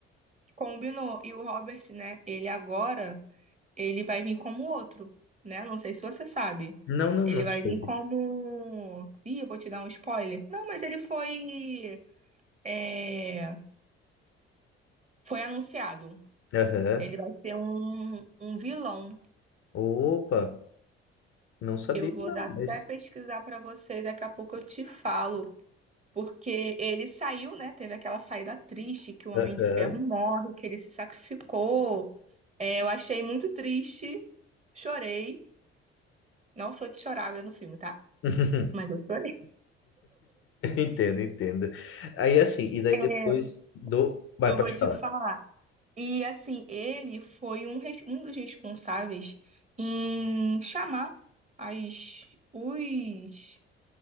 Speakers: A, on the right; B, on the left.
A: combinou. E o Robert, né? Ele agora, ele vai vir como outro, né? Não sei se você sabe.
B: Não, não,
A: Ele
B: não
A: vai
B: soube.
A: vir como. Ih, eu vou te dar um spoiler. Não, mas ele foi. é, Foi anunciado.
B: Aham.
A: Ele vai ser um, um vilão.
B: Opa, não sabia,
A: Eu vou
B: não,
A: dar até
B: mas.
A: pesquisar para você e daqui a pouco eu te falo. Porque ele saiu, né? Teve aquela saída triste que o Homem
B: Aham.
A: de Ferro morre, que ele se sacrificou. É, eu achei muito triste, chorei. Não sou de chorar no filme, tá?
B: <laughs>
A: Mas eu chorei.
B: Entendo, entendo. Aí assim, e daí
A: É,
B: depois do. Vai,
A: eu
B: pode
A: vou te
B: falar.
A: falar. E assim, ele foi um, res- um dos responsáveis em chamar as, os.